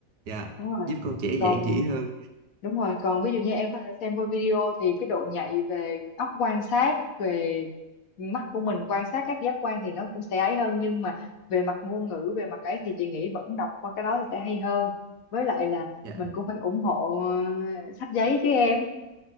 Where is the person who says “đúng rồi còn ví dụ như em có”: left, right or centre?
Left